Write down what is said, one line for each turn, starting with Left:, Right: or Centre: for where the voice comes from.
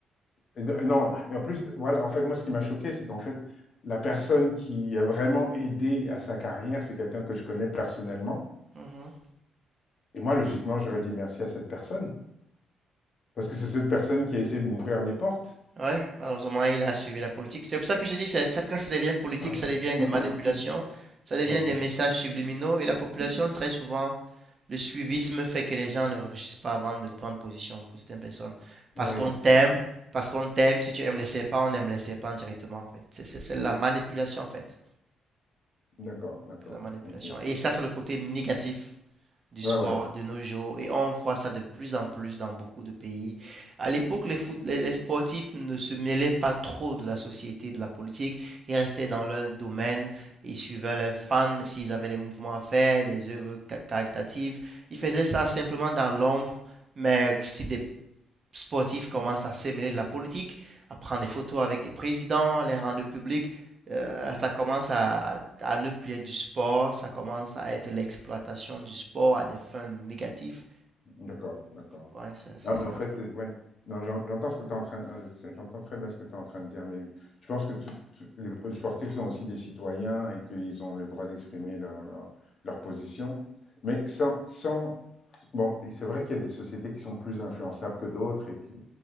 Left: Et de- non, et en plus, voilà, en fait, moi, ce qui m'a choqué, c'est qu'en fait, la personne qui a vraiment aidé à sa carrière, c'est quelqu'un que je connais personnellement.
Right: Mhm.
Left: Et moi, logiquement, j'aurais dit merci à cette personne. Parce que c'est cette personne qui a essayé de m'ouvrir les portes.
Right: Ouais, malheureusement, il a suivi la politique. C'est pour ça que je dis, ça, ça, quand ça devient politique,
Left: <coughs>
Right: ça devient des manipulations, ça devient des messages subliminaux et la population, très souvent, le suivisme fait que les gens ne réfléchissent pas avant de prendre position pour certaines personnes.
Left: Oui,
Right: Parce qu'on t'aime, parce qu'on t'aime, si tu aimes les serpents, on aime les serpents directement, en fait. C'est c'est- c'est la manipulation, en fait.
Left: d'accord, d'accord.
Right: la manipulation.
Left: Ok.
Right: Et ça, c'est le côté négatif du
Left: Ouais,
Right: sport
Left: ouais,
Right: de nos jours. Et on voit ça de plus en plus dans beaucoup de pays. À l'époque, les, foot- les- les sportifs ne se mêlaient pas trop de la société, de la politique. Ils restaient dans leur domaine. Ils suivaient leurs fans s'ils avaient des mouvements à faire, des œuvres caritatives. Ils faisaient ça simplement dans l'ombre. Mais si des sportifs commencent à se mêler de la politique, à prendre des photos avec des présidents, les rendre publics. Euh, ça commence à, à, ne plus être du sport, ça commence à être l'exploitation du sport à des fins négatives.
Left: d'accord, d'accord.
Right: Ouais, c'est c'est
Left: Non, mais
Right: ça.
Left: en fait, euh, ouais. Non, j'en- j'entends ce que tu es en train, euh, j'entends très bien ce que tu es en train de dire, mais je pense que tout- tout- les, les sportifs sont aussi des citoyens et qu'ils ont le droit d'exprimer leur, leur, leur position. Mais sans, sans, bon, et c'est vrai qu'il y a des sociétés qui sont plus influençables que d'autres et qui,